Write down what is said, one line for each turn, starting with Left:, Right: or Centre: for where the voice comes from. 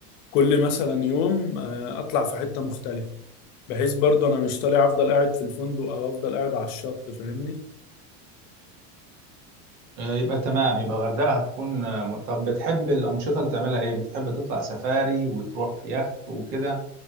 Left: كل مثلا يوم آه، اطلع في حتة مختلفة بحيث برضو انا مش طالع افضل قاعد في الفندق او افضل قاعد على الشط فاهمني
Right: آه، يبقى تمام يبقى الغردقة هتكون آه، م- طب بتحب الأنشطة اللي تعملها ايه بتحب تطلع سفاري وتروح في يخت وكده